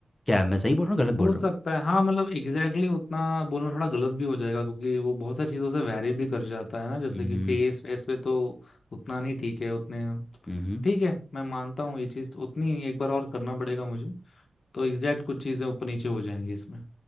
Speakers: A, on the left (about 35°); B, on the left (about 75°).
A: क्या मैं सही बोल रहा हूँ गलत बोल
B: हो
A: रहा
B: सकता
A: हूँ
B: है हाँ मतलब एग्जैक्टली exactly उतना बोलना थोड़ा गलत भी हो जाएगा क्योंकि वो बहुत सारी चीजों से वैरी भी कर जाता है ना जैसे
A: हम्म
B: कि फेस फेस पे तो उतना नहीं ठीक है उतने
A: हम्म
B: ठीक है मैं मानता हूँ ये चीज उतनी नहीं एक बार और करना पड़ेगा मुझे। तो एग्जैक्ट कुछ चीजें ऊपर नीचे हो जाएंगी इसमें